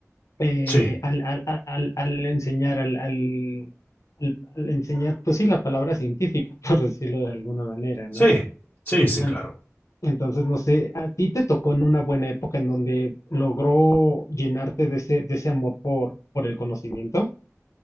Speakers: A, on the left (about 70°); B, on the left (about 35°).
A: eh,
B: sí,
A: al, al- al- al- al enseñar, al, al- al- al enseñar, pues sí, la palabra científica, <laughs> por decirlo de alguna manera, ¿no?
B: sí, sí, sí,
A: An-
B: claro.
A: Entonces, no sé, a ti te tocó en una buena época en donde logró llenarte de ese, de ese amor por, por el conocimiento.